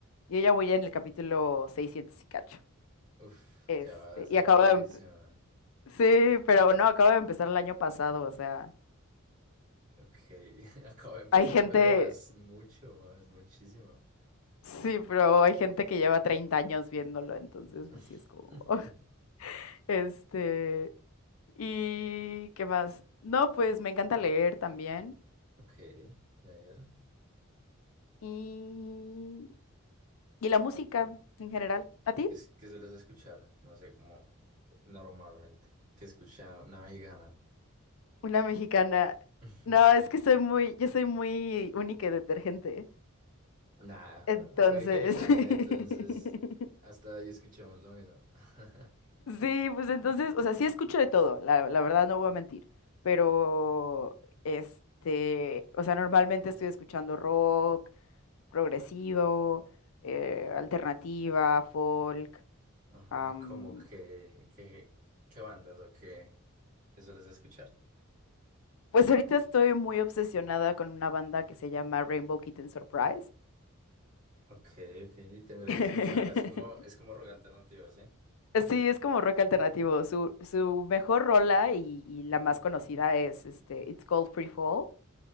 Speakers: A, on the left; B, on the right.
A: Yo ya voy en el capítulo 600 y cacho.
B: Uf,
A: Este,
B: ya vas
A: y
B: hartísima.
A: acabo de... empe- Sí, pero no, acabo de empezar el año pasado, o sea,
B: Ok, <laughs> acabo de empezar,
A: hay gente...
B: pero vas mucho, vas muchísimo.
A: Sí, pero hay gente que lleva 30 años viéndolo, entonces
B: <laughs>
A: pues sí es como... <laughs> Este, ¿Y qué más? No, pues me encanta leer también.
B: Ok, leer.
A: Y, y la música en general. ¿A
B: ¿Y
A: ti?
B: qué, es- qué sueles escuchar? No sé, como normalmente. ¿Qué escucha una mexicana?
A: Una mexicana.
B: <laughs>
A: No, es que soy muy, yo soy muy única y detergente.
B: Nada,
A: Entonces,
B: puede que yo también, entonces
A: <laughs>
B: hasta ahí escuchemos lo mismo. <laughs>
A: Sí, pues entonces, o sea, sí escucho de todo, la, la verdad no voy a mentir, pero este, o sea, normalmente estoy escuchando rock, progresivo, eh, alternativa, folk.
B: Ajá,
A: am,
B: como que, que, qué bandas o qué, qué sueles escuchar.
A: pues ahorita estoy muy obsesionada con una banda que se llama Rainbow Kitten Surprise.
B: Ok, ok, tendré
A: <laughs>
B: que escucharla. Es como, es como rock alternativo, ¿sí?
A: Sí, es como rock alternativo. Su, su mejor rola y, y la más conocida es este, It's Called Free Fall.